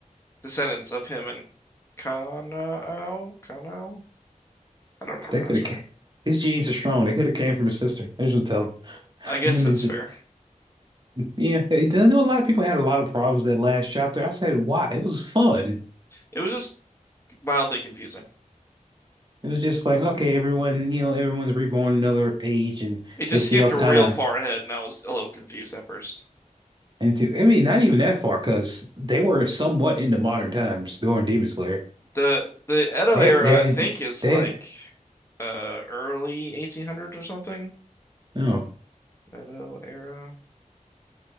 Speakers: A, on the left; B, on the right.
A: descendants of him and Kanao, Kanao? I don't know how to
B: That
A: pronounce
B: could
A: her name.
B: have His genes are strong. They could have came from his sister. I should tell him. <laughs>
A: I guess that's
B: And said,
A: fair.
B: yeah, I know a lot of people had a lot of problems that last chapter. I said, why? It was fun.
A: It was just mildly confusing.
B: It was just like, okay, everyone, you know, everyone's reborn another age and
A: It just
B: they still
A: skipped real
B: kind of
A: far ahead, and I was a little confused at first.
B: into, I mean, not even that far because they were somewhat into modern times during Demon Slayer.
A: The the Edo
B: That,
A: era,
B: that,
A: I think, is
B: that,
A: like uh early 1800s or something.
B: no.
A: Edo era.